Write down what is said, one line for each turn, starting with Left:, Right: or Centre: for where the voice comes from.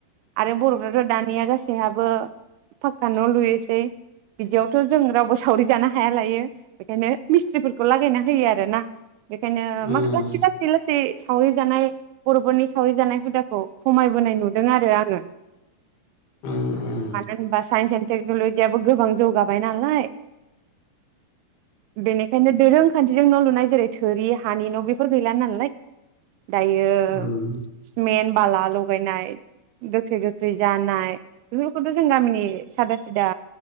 Right: आरो बर'फ्राथ दानिया गासैहाबो पाखा न' लुयोसै बि बेयावथ' जों रावबो सावरि जानो हाया लायो बेखायनो मिस्थ्रिफोरखौ लागायना होयो आरो ना। बेखायनो
Left: उम
Right: मा लासै लासै लासै सावरि जानाय बर'फोरनि सावरि जानाय हुदाखौ खमायबोनाय नुदों आरो आङो।
Left: उम उम
Right: मानो होमबा साइस एन्द टेक्नलजिआबो गोबां जौगा बायनालाय बेनिखायनो दोरों खान्थिजों न लुनाय जेरै थोरि हानि न बेफोर गैला नालाय। दायो
Left: उम
Right: सिमेन्ट बाला लगायनाय गोखै गोखै जानाय बेफोरखौथ' जों गामिनि सादा सिदा